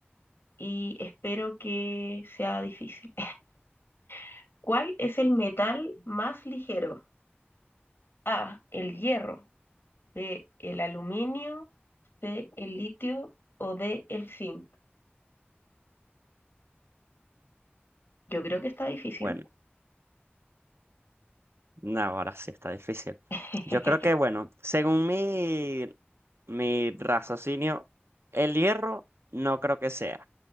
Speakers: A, on the left; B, on the right.
A: y espero que sea difícil. <laughs> ¿Cuál es el metal más ligero? A, el hierro, B, el aluminio, C, el litio o D, el zinc. Yo creo que está difícil.
B: Bueno, no, ahora sí está difícil.
A: <laughs>
B: Yo creo que, bueno, según mi, mi raciocinio, el hierro no creo que sea.